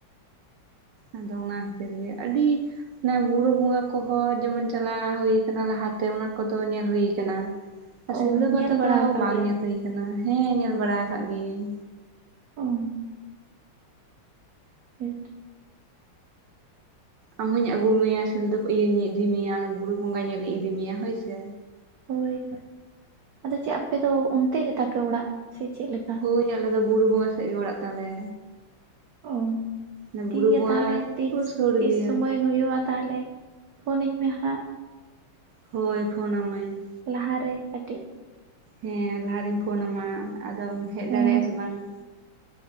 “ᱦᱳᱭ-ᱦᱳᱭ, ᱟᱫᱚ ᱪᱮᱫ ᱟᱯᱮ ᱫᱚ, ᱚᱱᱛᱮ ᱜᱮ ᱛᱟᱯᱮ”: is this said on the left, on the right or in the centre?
Right